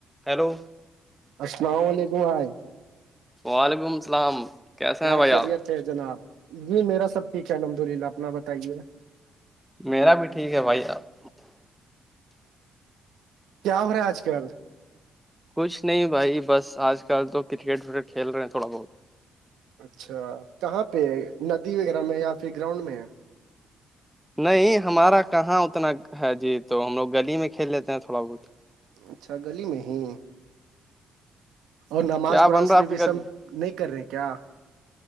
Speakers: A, in the centre; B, on the right.
A: hello
B: السلام علیکم بھائی
A: وعلیکم السلام کیسے
B: کیا
A: ہیں بھائی
B: خریت
A: آپ
B: ہے جناب جی میرا سب ٹھیک ہے الحمد للہ اپنا بتائیے
A: میرا بھی ٹھیک ہے بھائی آپ
B: کیا ہو رہا ہے آج کل
A: کچھ نہیں بھائی بس آج کل تو کرکٹ وکٹ کھیل رہے ہیں تھوڑا بہت
B: اچھا کہاں پہ ندی وغیرہ میں یا پھر گراؤنڈ میں ہے
A: نہیں ہمارا کہاں اتنا ہے جی تو ہم لوگ گلی میں کھیل لیتے ہیں تھوڑا بہت
B: اچھا گلی میں ہی اور نماز
A: کیا
B: قرآن
A: بن رہا
B: صرف
A: ہے آپ کے
B: وی
A: گھر
B: سم
A: جی
B: نہیں کر رہے کیا